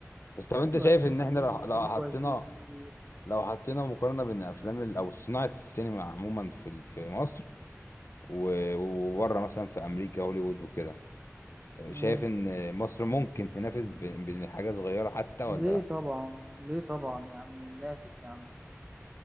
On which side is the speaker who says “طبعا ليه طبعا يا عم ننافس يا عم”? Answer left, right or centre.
Right